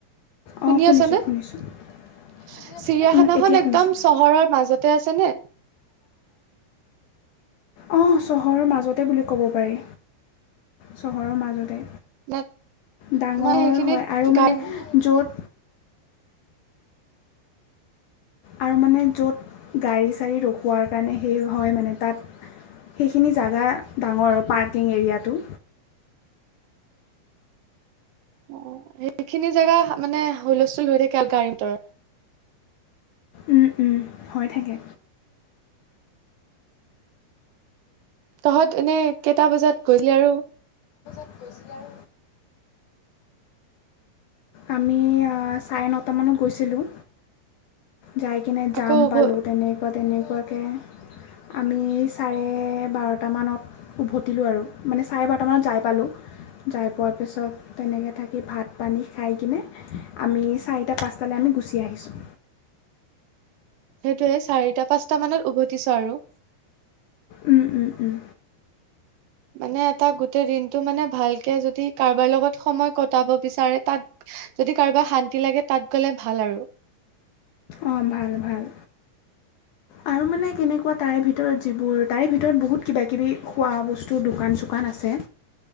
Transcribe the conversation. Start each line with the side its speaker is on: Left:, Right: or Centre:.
Right: শুনি
Left: অঁ শুনিছোঁ
Right: আচানে
Left: শুনিছোঁ শুনি
Right: চিৰিয়াখানাখন
Left: আছানে? উম, এতিয়া
Right: একদম
Left: শুনিছোঁ
Right: চহৰৰ মাজতে আছেনে
Left: অঁ চহৰৰ মাজতে বুলি ক'ব পাৰি চহৰৰ মাজতে
Right: ন
Left: ডাঙৰ
Right: মই সেইখিনিত
Left: হয় আৰু
Right: গাইম
Left: মানে য'ত আৰু মানে য'ত গাড়ী চাড়ী ৰখোৱাৰ কাৰণে সেই হয় মানে তাত সেইখিনি জেগা ডাঙৰ আৰু পাৰ্কিং এৰিয়াটো
Right: অ সেইখিনি জেগা মানে হুলস্থুল হৈ থাকেল গাড়ীতৰ
Left: উম উম হৈ থাকে
Right: তহঁত এনে কেইটা বজাত গৈলি আৰু
Left: গৈছিলে আৰু আমি চাৰে নটামানত গৈছিলোঁ যাই কিনে
Right: আকৌ
Left: যাম
Right: উভ
Left: পালো তেনেকুৱা তেনেকে এনেকুৱাকে আমি চাৰে বাৰটামানত উভতিলোঁ আৰু মানে চাৰে বাৰটামানত যাই পালোঁ যাই পোৱাৰ পিছত তেনেকৈ থাকি ভাত পানী খাই কিনে আমি চাৰিটা পাঁচটালে আমি গুচি আহিছোঁ
Right: সেইটোয়ে চাৰিটা পাঁচটা মানত উভতিছো আৰু
Left: উম উম উম
Right: মানে এটা গোটেই দিনটো মানে ভালকে যদি কাৰোবাৰ লগত সময় কটাব বিচাৰে তাত যদি কাৰোবাৰ শান্তি লাগে তাত গলে ভাল আৰু
Left: অ ভাল ভাল আৰু মানে কেনেকুৱা তাৰে ভিতৰত যিবোৰ তাৰে ভিতৰত বহুত কিবা কিবি খোৱা বস্তু দোকান চোকান আছে